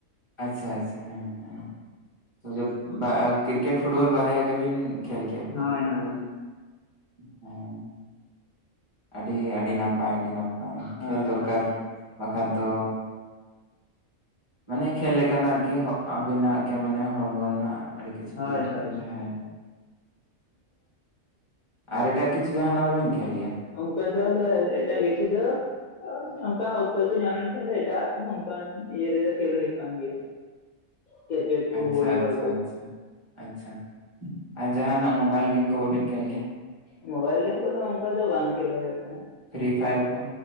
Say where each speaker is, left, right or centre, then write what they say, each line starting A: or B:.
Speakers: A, on the left; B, on the left.
A: ᱟᱪᱪᱷᱟ ᱟᱪᱪᱷᱟ ᱦᱮᱸ ᱦᱮᱸ ᱵᱟᱝ ᱠᱤᱨᱠᱮᱴ ᱯᱷᱩᱴᱵᱚᱞ ᱵᱟᱨᱭᱟ ᱜᱮ ᱵᱤᱱᱼᱼ ᱠᱷᱮᱞ ᱜᱮᱭᱟ ᱵᱤᱱ
B: ᱦᱳᱭ ᱦᱳᱭ
A: ᱦᱮᱸ ᱟᱹᱰᱤ ᱟᱹᱰᱤ ᱱᱟᱯᱟᱭ ᱟᱹᱰᱤ ᱱᱟᱯᱟᱭᱼᱼ
B: ᱦᱳᱭ
A: ᱠᱷᱮᱞ ᱫᱚᱨᱠᱟᱨ ᱵᱟᱠᱷᱟᱱ ᱫᱚᱼᱼ ᱢᱟᱱᱮ ᱠᱷᱮᱞ ᱞᱮᱠᱷᱟᱱ ᱟᱨᱠᱤ ᱟᱵᱤ ᱱᱟᱜ ᱜᱮ ᱢᱟᱱᱮ ᱦᱚᱲᱢᱚ ᱨᱮᱱᱟᱜᱼᱼ ᱟᱹᱰᱤ ᱠᱤᱪᱷᱩ
B: ᱦᱳᱭ
A: <unintelligible>
B: ᱦᱳᱭ ᱦᱳᱭ
A: ᱛᱟᱦᱮᱸ ᱱᱟ ᱟᱨ ᱮᱴᱟᱜ ᱠᱤᱪᱷᱩ ᱡᱟᱦᱟ ᱱᱟᱜ ᱵᱟᱹᱵᱤᱱ ᱠᱷᱮᱞ ᱜᱮᱭᱟ
B: ᱚᱱᱠᱟ ᱫᱚ ᱟᱫᱚ ᱮᱴᱟᱜ ᱠᱤᱪᱷᱩ ᱫᱚ ᱚᱱᱠᱟ ᱚᱠᱛᱚ <unintelligible> ᱮᱴᱟᱜ ᱠᱚ ᱦᱚᱸ ᱚᱱᱠᱟ ᱤᱭᱟᱹ ᱨᱮ ᱫᱚ ᱠᱷᱮᱞ ᱦᱳᱭᱳᱜ ᱠᱟᱱ ᱜᱮᱭᱟ ᱠᱤᱨᱠᱮᱴ ᱠᱚ
A: ᱟᱪᱪᱷᱟ
B: ᱵᱷᱚᱞᱤ
A: ᱟᱪᱪᱷᱟ
B: ᱵᱚᱞ ᱠᱚ
A: ᱟᱪᱪᱷᱟ ᱟᱪᱪᱷᱟ ᱟᱨ ᱡᱟᱦᱟᱸᱱᱟᱜ ᱢᱳᱵᱟᱭᱤᱞ ᱜᱮᱢ ᱠᱚ ᱵᱟᱹᱵᱤᱱ ᱠᱷᱮᱞ ᱜᱮᱭᱟ
B: ᱢᱚᱵᱟᱭᱤᱞ ᱜᱮᱢ ᱠᱚ ᱫᱚ ᱚᱠᱟ ᱫᱚ ᱵᱟᱝ ᱠᱷᱮᱞ ᱦᱳᱭᱳᱜ ᱠᱟᱱᱟ
A: ᱯᱷᱨᱤ ᱯᱷᱟᱭᱟᱨ ᱠᱚ